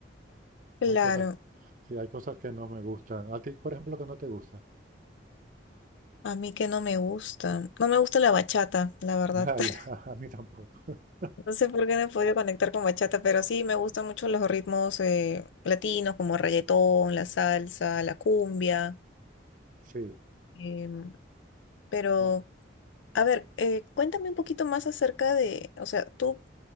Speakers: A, on the left; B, on the right.
A: Claro,
B: Hay cosas, sí, hay cosas que no me gustan. A ti, por ejemplo, que no te gusta.
A: a mí que no me gusta, no me gusta la bachata, la verdad.
B: <laughs> Ah,
A: <laughs>
B: ya, a mí tampoco. <laughs>
A: No sé por qué no he podido conectar con bachata, pero sí me gustan mucho los ritmos eh, latinos como reggaetón, la salsa, la cumbia.
B: Sí,
A: em, pero,
B: la-
A: a ver, eh, cuéntame un poquito más acerca de, o sea, tú